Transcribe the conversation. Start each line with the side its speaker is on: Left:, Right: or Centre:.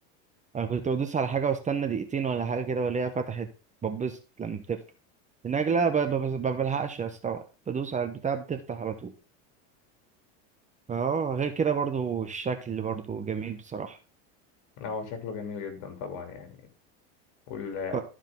Right: انا كنت بدوس على حاجه واستنى دقيقتين ولا حاجه كده والاقيها فتحت ببص لما بتفتح النجله ب- ب- ب- ما بلحقش استوعب بدوس على البتاع بتفتح على طول اه غير كده برضو الشكل برضو جميل بصراحه
Left: آه، هو شكله جميل جدا طبعا يعني وال
Right: ف...